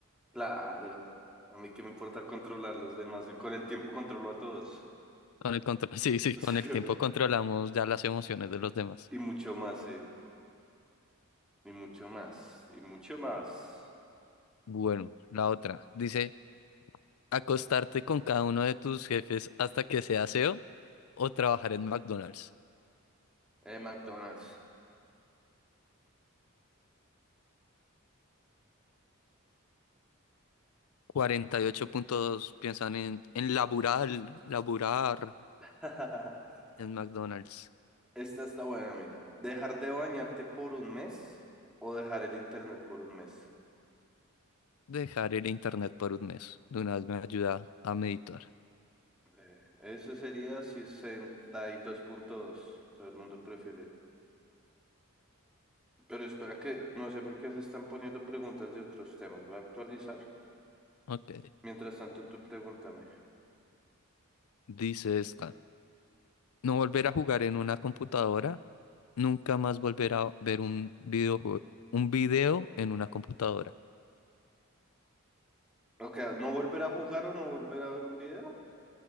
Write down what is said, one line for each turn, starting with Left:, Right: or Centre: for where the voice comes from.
Centre: Claro, a mí qué me importa controlar los demás, con el tiempo controlo a todos. <laughs>
Left: Con el contro- <laughs> sí, sí, con
Centre: Sí,
Left: el
Centre: güey.
Left: tiempo controlamos ya las emociones de los demás.
Centre: y mucho más, sí, y mucho más, y mucho más.
Left: Bueno, la otra dice, acostarte con cada uno de tus jefes hasta que sea CEO o o trabajar en McDonald's.
Centre: Eh, McDonald's.
Left: 48.2 piensan en, en laburar, laburar
Centre: <laughs>
Left: en McDonald's.
Centre: Esta está buena, mira. ¿Dejar de bañarte por un mes o dejar el internet por un mes?
Left: Dejar el internet por un mes. De una vez me ayuda a meditar.
Centre: Eh, eso sería 62.2. Todo el mundo prefiere Pero espera que no sé por qué se están poniendo preguntas de otros temas. Voy a actualizar.
Left: Ok.
Centre: Mientras tanto, tú pregúntame.
Left: Dice esta. No volver a jugar en una computadora nunca más volver a ver un videojuego, un video en una computadora.
Centre: Ok, ¿no volver a jugar o no volver a ver un video?